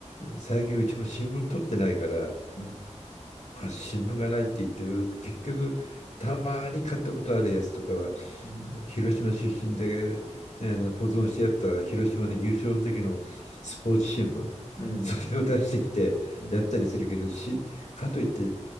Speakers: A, on the left (about 70°); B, on the left (about 50°).
A: 最近うちも新聞取ってないから、
B: うん。
A: 新聞がないって言ってる、結局、たまに買ったことあるやつとかは、
B: うん。
A: 広島出身で、ね保存してあった広島の優勝の時のスポーツ新聞、
B: うん。
A: それを出してきてやったりするけど、
B: うん
A: しかといって、